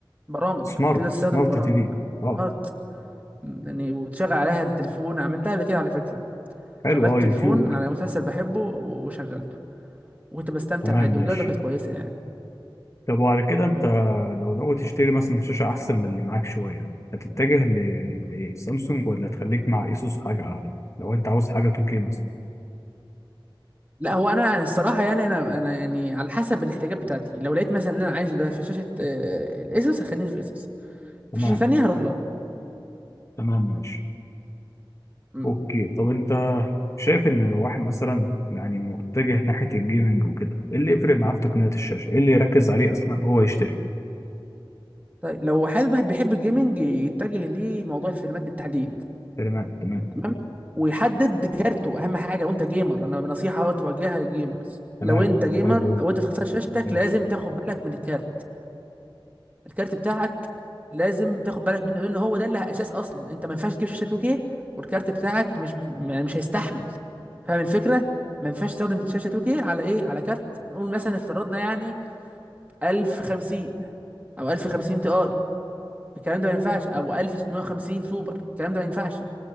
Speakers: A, on the right; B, on the left.
A: برامج
B: سمارت
A: تقدر تستخدم
B: سمارت
A: برامج
B: تي في أه
A: سمارت يعني وتشغل عليها التليفون عملتها قبل كده على فكره
B: حلو
A: شغلت
B: أه يوتيوب
A: تليفون على مسلسل بحبه وشغلته وكنت بستمتع
B: تمام
A: عادي
B: ماشي
A: وجوده كانت كويسه يعني
B: طب وعلى كده انت
A: مم.
B: لو ناوي تشتري مثلا شاشة احسن من اللي معاك شوية هتتجه ل... لسامسونج ولا تخليك مع ايسوس حاجة اعلى لو انت عاوز حاجة 2K مثلا
A: لا هو انا انا الصراحه يعني انا انا يعني على حسب الاحتياجات بتاعتي لو لقيت مثلا ان انا عايزه ده في شاشه آه، الاسوس هخليني في اسوس
B: تمام
A: في شاشه ثانيه هروح لها
B: تمام ماشي
A: امم
B: اوكي طب انت شايف ان لو واحد مثلا يعني متجه ناحية الجيمنج وكده ايه اللي يفرق معاه في تقنية الشاشة ايه اللي يركز عليه اصلا هو يشتري
A: طيب لو حد واحد بيحب الجيمنج يتجه لموضوع الفريمات بالتحديد
B: تمام تمام
A: تمام ويحدد كارته اهم حاجه وانت جيمر انا نصيحه اهو توجهها للجيمرز
B: تمام
A: لو انت جيمر
B: حلو
A: وانت تختار شاشتك
B: ماشي
A: لازم تاخد بالك من الكارت الكارت بتاعك لازم تاخد بالك منه لان هو ده اللي اساس اصلا انت ما ينفعش تجيب شاشه 2K والكارت بتاعك مش يعني مش هيستحمل فاهم الفكره ما ينفعش تستخدم شاشه 2K على ايه على كارت قول مثلا افترضنا يعني 1050 او 1050 تي اي الكلام ده ما ينفعش او 1650 سوبر الكلام ده ما ينفعش